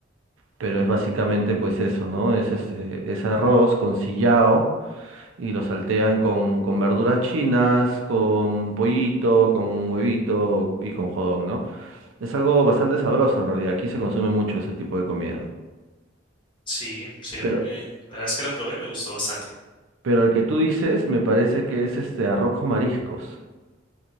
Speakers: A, on the right; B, on the left.
A: pero es básicamente pues eso, ¿no? Es este, es arroz con sillao y lo saltean con, con verduras chinas, con pollito, con huevito y con jodón, ¿no? Es algo bastante sabroso en realidad, aquí se consume mucho ese tipo de comida.
B: sí, sí, a
A: Pero,
B: mí me... La verdad es que la probé y me gustó bastante.
A: pero el que tú dices me parece que es este arroz con mariscos,